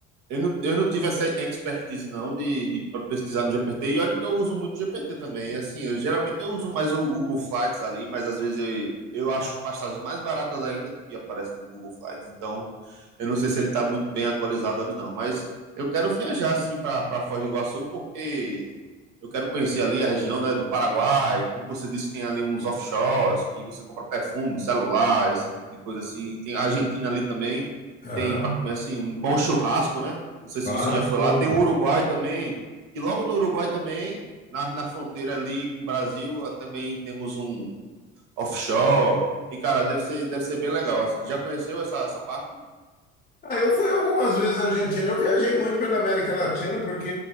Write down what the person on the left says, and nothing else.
Ah,
fácil.
Ah, eu fui algumas vezes à Argentina. Eu viajei muito pela América Latina porque